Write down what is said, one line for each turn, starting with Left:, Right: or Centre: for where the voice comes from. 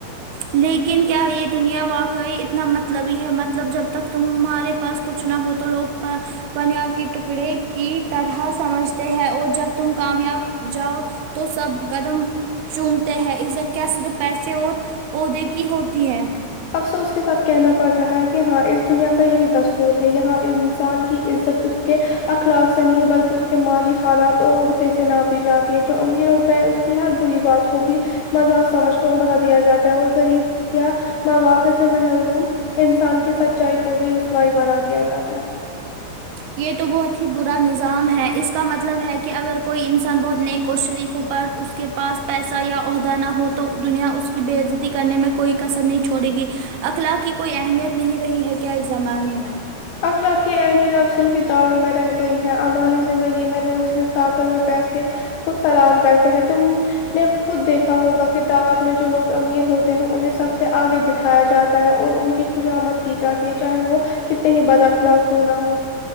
Right: لیکن کیا یہ دنیا واقعی اتنا مطلبی ہے مطلب جب تک تمہارے پاس کچھ نہ ہو تو لوگ پ پنیار کے ٹکڑے کی طرح سمجھتے ہیں اور جب تم کامیاب جاؤ تو سب قدم چومتے ہیں عزت کیا صرف پیسے اور عہدے کی ہوتی ہے
Left: افسوس کے ساتھ کہنا پڑ رہا ہے کہ ہاں اس دنیا کا یہی دستور ہے یہاں انسان کی عزت اس کے اخلاق سے نہیں بلکہ اس کے مالی حالات اور عہدے سے ناپی جاتی ہے جو امیر ہوتا ہے کہ ہر بری بات کو بھی مذاق سمجھ کر اڑا دیا جاتا ہے اور غریب کیا مواقع سے محروم انسان کی سچائی کو بھی رسوائی بنا دیا جاتا ہے
Right: <inaudible> یہ تو بہت ہی برا نظام ہے اس کا مطلب ہے کہ اگر کوئی انسان بہت نیک اور شریفوں پر اس کے پاس پیسہ یا عہدہ نہ ہو تو دنیا اس کی بے عزتی کرنے میں کوئی کسر نہیں چھوڑے گی اخلاق کی کوئی اہمیت نہیں رہی ہے کیا اس زمانے میں
Left: اخلاق کی اہمیت اب صرف کتابوں میں رہ گئی ہے عمالی زندگی میں لوگ صرف طاقت اور پیسے کو سلام کرتے ہیں تم نے خود دیکھا ہوگا دعوت میں جو لوگ امیر ہوتے ہیں انہیں سب سے آگے بٹھایا جاتا ہے اور ان کی خوش آمد کی جاتی ہے چاہے وہ کتنے ہی بداخلاق کیوں نہ ہو